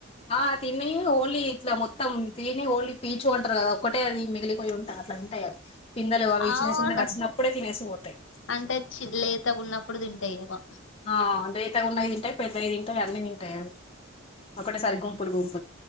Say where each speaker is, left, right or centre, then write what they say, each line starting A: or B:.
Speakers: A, on the left (about 25°); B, on the left (about 65°).
A: ఆ తిని ఓన్లీ ఇట్లా మొత్తం తిని ఓన్లీ పీచ్ ఉంటారు కదా ఒక్కటే అది మిగిలిపోయి ఉంటారు అట్లాంట పిందలు అవి
B: అవునా
A: చిన్న చిన్నగా వచ్చినప్పుడే తినేసి పోతాయి
B: అంటే చి లేతగా ఉన్నప్పుడు తింటాయేమో
A: ఆ లేతగా ఉన్నయి తింటాయి పెద్దగా తింటాయి అన్నీ తింటాయి ఒకటే సరి గుంపులు గుంపు